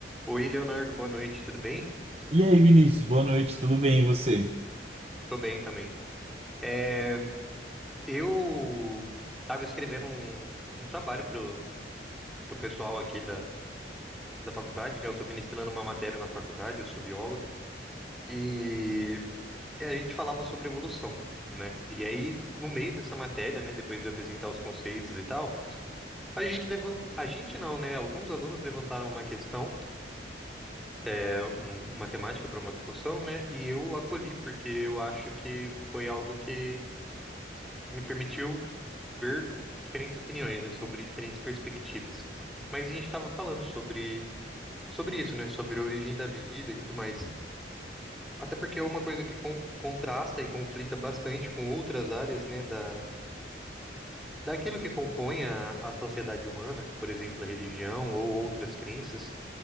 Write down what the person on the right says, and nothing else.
E aí, Vinícius, boa noite, tudo bem? E você?